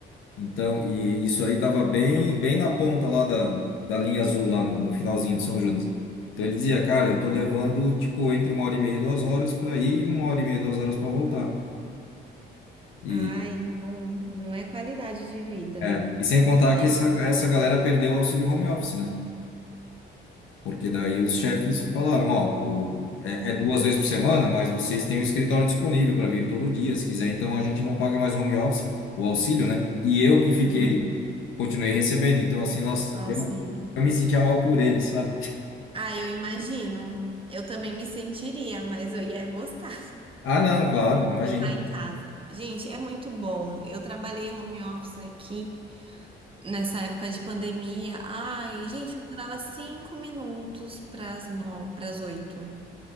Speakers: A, on the left; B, on the right.
A: Então, e isso ali estava bem, bem na ponta lá da, da linha azul, lá no, no finalzinho de São Judas. Então ele dizia, cara, eu tô levando, tipo, entre uma hora e meia e duas horas para ir e uma hora e meia e duas horas para voltar. E,
B: Ai, não, não é qualidade de vida.
A: é, e sem contar
B: É
A: que essa, essa galera perdeu o auxílio home office, né? Porque daí os chefes falaram, ó, o- é,
B: um
A: é duas vezes por semana, mas vocês têm o escritório disponível para vir todo dia, se quiser, então a gente não paga mais home office, o auxílio, né? E eu que fiquei,
B: um
A: continuei recebendo. Então, assim, nossa,
B: auxílio.
A: eu, eu me sentia mal por ele, sabe?
B: Ah, eu imagino. Eu também me sentiria, mas eu ia gostar.
A: Ah, não, claro, imagina.
B: De estar em casa. Gente, é muito bom. Eu trabalhei home office aqui nessa época de pandemia. Ai, gente, eu acordava cinco minutos pras no... pras oito.